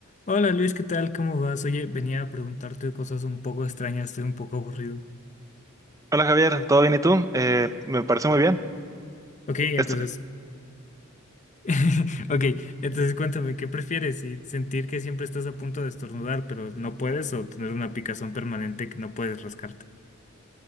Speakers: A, on the left; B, on the right.
A: Hola Luis, ¿qué tal? ¿Cómo vas? Oye, venía a preguntarte cosas un poco extrañas, estoy un poco aburrido.
B: Hola Javier, ¿todo bien y tú? Eh, me parece muy bien.
A: Ok, entonces,
B: Este,
A: <laughs> ok, entonces cuéntame, ¿qué prefieres? ¿Si sentir que siempre estás a punto de estornudar, pero no puedes, o tener una picazón permanente que no puedes rascarte?